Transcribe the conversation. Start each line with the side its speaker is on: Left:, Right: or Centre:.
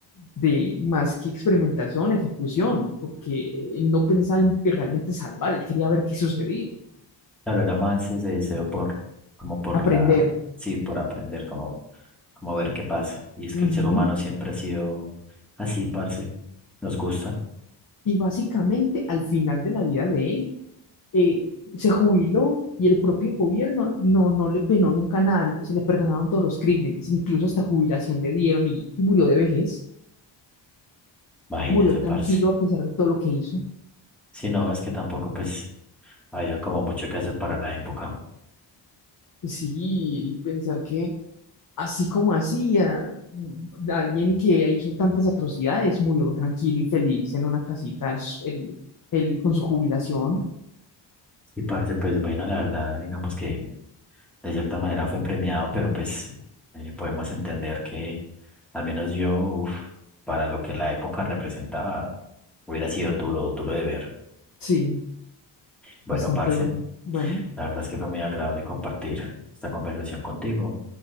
Left: de más que experimentación, ejecución, porque él no pensaba en realmente salvar, él quería ver qué sucedía,
Centre: Claro, era más ese deseo por, como por
Left: aprender.
Centre: la, sí, por aprender, como, como ver qué pasa. Y es
Left: Ujú.
Centre: que el ser humano siempre ha sido así, parce. Nos gusta,
Left: Y básicamente al final de la vida de él, eh, se jubiló y el propio gobierno no, no le penó nunca nada, se le perdonaron todos los crímenes, incluso hasta jubilación le dieron y, y murió de vejez,
Centre: imagínese,
Left: murió tranquilo
Centre: parce.
Left: a pesar de todo lo que hizo.
Centre: Si no, es que tampoco pues había como mucho que hacer para la época.
Left: Sí, y pensar que así como hacía, mm, alguien que hizo tantas atrocidades murió tranquilo y feliz en una casita el- el- el- con su jubilación.
Centre: Y parce, pues bueno, la verdad, digamos que de cierta manera fue premiado, pero pues eh, podemos entender que al menos yo, uf, para lo que la época representaba, hubiera sido duro, duro de ver.
Left: Sí,
Centre: Bueno,
Left: bastante
Centre: parce,
Left: duro. Bueno,
Centre: la verdad es que fue muy agradable compartir esta conversación contigo.